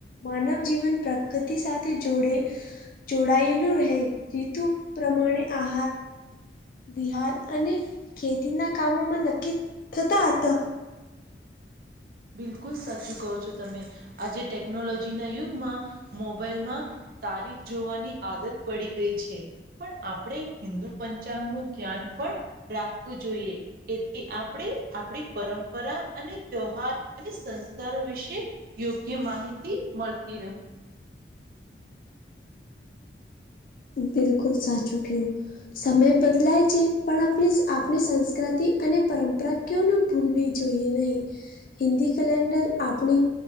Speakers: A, on the left; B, on the right.
A: માનવ જીવન પ્રકૃતિ સાથે જોડે જોડાયેલું રહે. રીતુ પ્રમાણે આહાર બિહાર અને ખેતીના કામોમાં નક્કી થતા હતા.
B: બિલકુલ સાચું કહો છો તમે આજે ટેકનોલોજીના યુગમાં મોબાઈલમાં તારીખ જોવાની આદત પડી ગઈ છે. પણ આપણે હિન્દુ પંચાંગનું જ્ઞાન પણ રાખવું જોઈએ એથી આપણે આપડી પરંપરા અને ત્યહાર અને સંસ્કારો વિશે યોગ્ય માહિતી મળતી રહે.
A: બિલકુ સાચક યુ સમય બદલાય છે, પણ આપણી આપણી સંસ્કૃતિ અને પરંપરા ભૂલવી જોઈએ નહી હિન્દી કેલેન્ડર આપણી